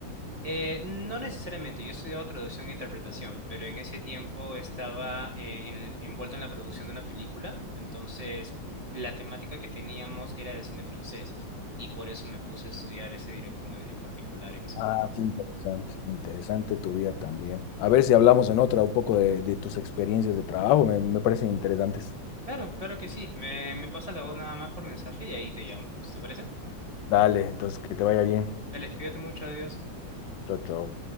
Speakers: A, on the right; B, on the left.
A: Eh, no necesariamente, yo he estudiado traducción e interpretación, pero en ese tiempo estaba eh, en- envuelto en la producción de una película, entonces la temática que teníamos era del cine francés y por eso me puse a estudiar ese director en, en particular en ese
B: Ah,
A: momento.
B: qué interesante, interesante tu vida también. A ver si hablamos en otra un poco de, de tus experiencias de trabajo, me, me parecen interesantes.
A: Claro, claro que sí, me, me pasa la voz nada más por mensaje y ahí te llamo, pues, ¿te parece?
B: Dale, entonces que te vaya bien.
A: Dale, cuídate mucho, adiós.
B: Chao, chao.